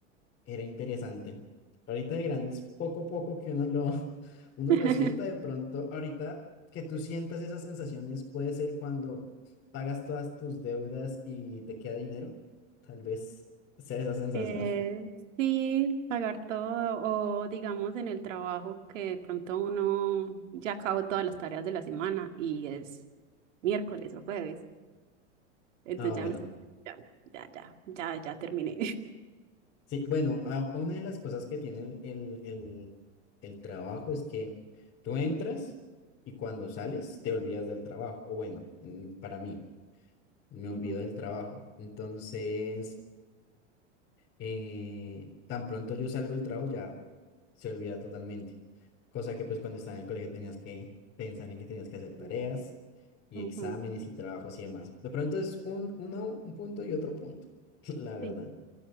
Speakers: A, on the left; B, on the right.
A: era interesante. Ahorita de grandes, poco a poco que uno lo, <laughs> uno
B: <laughs>
A: lo sienta de pronto. Ahorita que tú sientas esas sensaciones puede ser cuando pagas todas tus deudas y te queda dinero. Tal vez sea esa sensación.
B: Eh, sí, pagar todo o digamos en el trabajo que de pronto uno ya acabó todas las tareas de la semana y es miércoles o jueves, entonces
A: Ah, bueno.
B: ya uno es como, ya, ya, ya, ya, ya terminé. <laughs>
A: Sí, bueno, ah, una de las cosas que tiene el, el, el- el trabajo es que tú entras y cuando sales te olvidas del trabajo. O bueno, en- para mí, me
B: Ujú,
A: olvido del trabajo. Entonces... eh, tan pronto yo salgo del trabajo ya se olvida totalmente. Cosa que pues cuando estaba en el colegio tenías que pensar en que tenías que hacer tareas
B: ujú.
A: y
B: ujú.
A: exámenes y trabajos y demás. De pronto es un, uno, un punto y otro punto, <laughs> la verdad.
B: Sí,